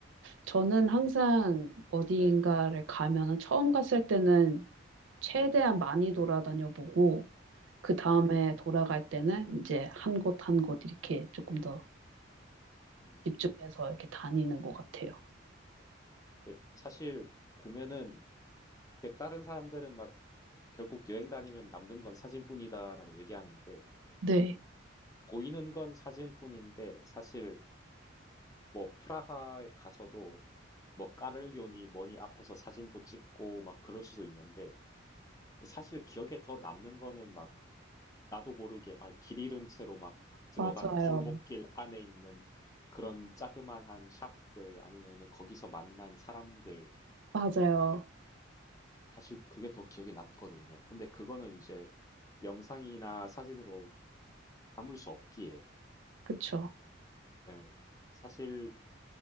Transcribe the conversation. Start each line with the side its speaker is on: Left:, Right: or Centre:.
Right: 저는 항상
Left: 음,
Right: 어디인가를
Left: 네,
Right: 가면은 처음 갔을 때는 최대한
Left: 네네.
Right: 많이 돌아다녀 보고 그 다음에
Left: 음,
Right: 돌아갈 때는 이제 한 곳 한 곳 이렇게 조금 더
Left: 음,
Right: 집중해서 이렇게 다니는 것 같아요.
Left: 네. 근데 사실 보면은 이렇게 다른 사람들은 막 결국 여행 다니면 남는 건 사진뿐이다라고 얘기하는데
Right: 네,
Left: 보이는 건 사진뿐인데 사실 뭐 프라하에 가서도 뭐 까르기교니 뭐니 앞에서 사진도 찍고 막 그럴 수도 있는데 사실 기억에 더 남는 거는 막 나도 모르게 막 길 잃은 채로 막 들어간
Right: 맞아요.
Left: 골목길 안에 있는 그런 자그마한 샵들 아니면은 거기서 만난 사람들
Right: 맞아요.
Left: 그게 사실 그게 더 기억에 남거든요. 근데 그거는 이제 영상이나 사진으로 담을 수 없기에
Right: 그쵸.
Left: 예, 사실